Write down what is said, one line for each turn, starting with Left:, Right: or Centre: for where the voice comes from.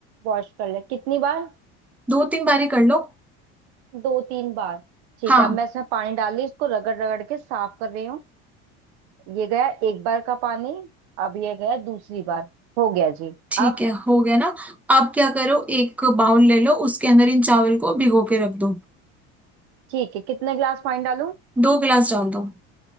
Right: वॉश कर ले कितनी बार
Centre: दो तीन बारी कर लो
Right: दो तीन बार ठीक
Centre: हाँ
Right: है अब मैं इसमें पानी डाल ली इसको रगड़ रगड़ के साफ कर रही हूँ ये गया एक बार का पानी अब ये गया दूसरी बार हो गया जी
Centre: ठीक
Right: अब
Centre: है हो गया ना अब क्या करो एक बाउल ले लो उसके अंदर इन चावल को भिगो के रख दो
Right: ठीक है कितने गिलास पानी डालूं
Centre: दो गिलास डाल दो